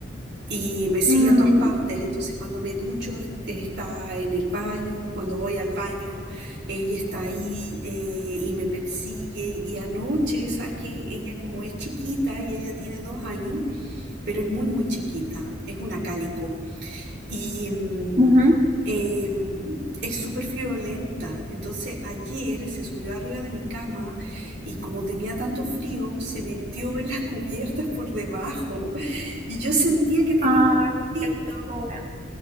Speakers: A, on the right; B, on the right.
A: y me sigue
B: ujú,
A: a todas partes. Entonces cuando me ducho eh, está en el baño, cuando voy al baño ella está ahí eh, y me persigue. Y anoche, sabes que ella como es chiquita y ella tiene dos años, pero es muy muy chiquita, es una cálico. Y mm,
B: ujú.
A: eh, es súper friolenta. Entonces ayer se subió arriba de mi cama y como tenía tanto frío, se metió en las cubiertas por debajo y yo sentía que tenía
B: Ay,
A: un gustito
B: qué ternura.